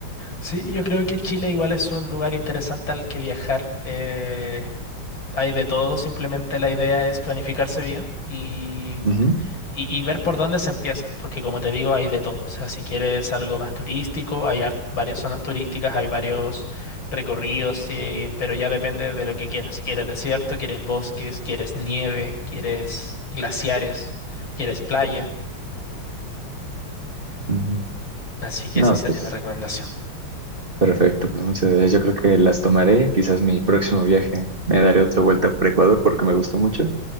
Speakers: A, on the left; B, on the right.
A: Sí, yo creo que Chile igual es un lugar interesante al que viajar. eh, hay de todo, simplemente la idea es planificarse bien y,
B: Ujú,
A: y- y ver por dónde se empieza, porque como te digo, hay de todo. O sea, si quieres algo más turístico, hay har- varias zonas turísticas, hay varios recorridos, eh, pero ya depende de lo que quieras. Si quieres desierto, quieres bosques, quieres nieve, quieres glaciares, quieres playa.
B: ujú.
A: Así que
B: No,
A: esa sería
B: pues
A: mi recomendación.
B: perfecto, pues muchas gracias. Yo creo que las tomaré, quizás mi próximo viaje me daré otra vuelta por Ecuador porque me gustó mucho